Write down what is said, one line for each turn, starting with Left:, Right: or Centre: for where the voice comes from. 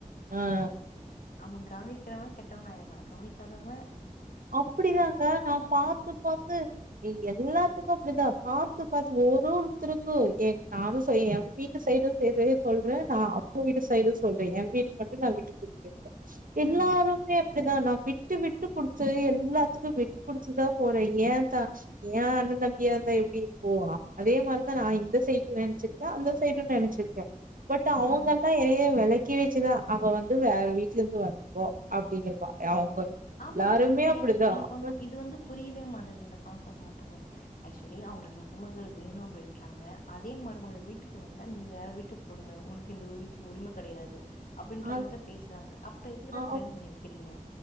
Right: ம்
Left: அவம கவனிக்கிறவன் கெட்டவன் ஆயி றா கவனிக்காதவ
Right: அப்படிதாங்க நான் பாத் பாரத்துு பாார்த்து எல்லாத்துக்கும் அப்படிதான் பாத்து பாத்து ஒரு ஒருத்தருக்கும் என் நானும் என் வீட்டு சைடும் செய்ற சொல்றேன் நான் அப்ப வீட்டு சைடும் சொல்றேன் என் வீடு மட்டும் நான் விட்டு குடுத்து பேசுல எல்லாருமே
Left: ஆ
Right: அப்படிதான் நான் விட்டு விட்டு கொடுத்த எல்லாத்துக்கும் விட்டு குடுத்துதான் போறேன் ஏன் தான் ஏன் அண்ணன் தம்பியா இருந்தான் எப்படி இருப்போ அதே மாதிரிதான் நான் இந்த சைடு நினைச்சிருக்கேன் அந்த சைடும் நினைச்சிருக்கேன் பட் அவங்க
Left: ஆ
Right: தான் எனைய வில தக்கி வச்சுதான் அவ வந்து வேற வீடல இருந்து வந்தவோ அப்படிங்கிறப்பா அவங்க
Left: ஆமா
Right: எல்லாருமே
Left: அது
Right: அப்படிதான்
Left: எனக்கு எனக்கு
Right: அப்ப
Left: ஒண்ணு இது வந்து புரியவே மாட்டறது இந்த கான்செப்ட் மட்டுமே ஆக்சுவலி அவங்களுக்கு மருமகள் வேணும் அப்படின்றாங்க அதே மருமகல வீட்டுக்கு வந்தா நீ வேற வீட்டுக்கு பொண்ணு உனக்கு இந்த வீட்டுல உரிமை கிடையாது அப்படின்ற
Right: அ
Left: மாதிரிதான் பேசுறாங்க அப்புறம் எதுக்குடா
Right: ஆ
Left: கிளைம் பண்ணிகிறீங்க